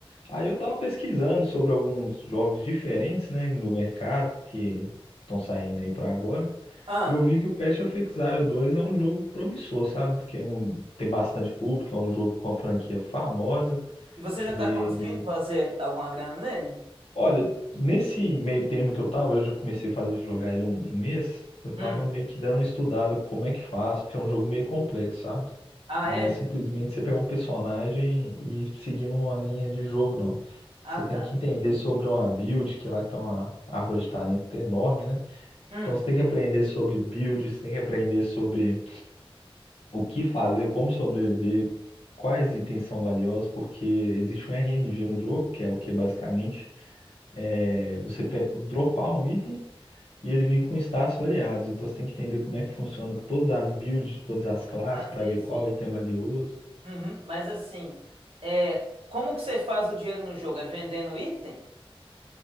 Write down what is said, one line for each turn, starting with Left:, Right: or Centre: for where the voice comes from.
Left: Aí eu estava pesquisando sobre alguns jogos diferentes, né, no mercado, que estão saindo aí para agora,
Right: Ah,
Left: e eu vi que o Path of Exile dois é um jogo promissor, sabe? Porque é um, tem bastante público, é um jogo com a franquia famosa,
Right: e você já
Left: veio
Right: tá conseguindo
Left: aí de
Right: fazer alguma grana nele?
Left: Olha, nesse meio termo que eu tava, eu já comecei a fazer jogar ele um um mês, eu tava
Right: Hum.
Left: meio que dando uma estudada como é que faz, porque é um jogo meio complexo, sabe?
Right: Ah,
Left: Não
Right: é?
Left: é simplesmente você pegar um personagem e seguir uma linha de jogo, não.
Right: Ah,
Left: Você tem
Right: tá.
Left: que entender sobre uma build, que lá tem uma árvore de talento enorme, né?
Right: Hum.
Left: Então você tem que aprender sobre build, você tem que aprender sobre o que fazer, como sobreviver, quais itens são valiosos, porque existe um RNG no jogo, que é o que basicamente é você pe- dropar um item e ele vir com status variados. Então você tem que entender como é que funciona todas as builds de todas as classes
Right: Mas
Left: para
Right: aí
Left: ver
Right: assim.
Left: qual item é valioso.
Right: Uhum, Mas assim, é, como que você faz o dinheiro no jogo? É vendendo item?